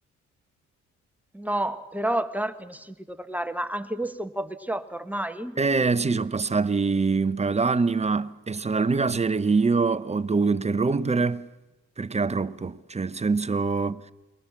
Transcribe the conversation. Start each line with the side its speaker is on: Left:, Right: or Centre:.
Centre: No, però Dark ne ho sentito parlare, ma anche questo è un po' vecchiotto ormai?
Right: Eh sì, sono passati un paio d'anni, ma è stata l'unica serie che io ho dovuto interrompere perché era troppo. Cioè, nel senso,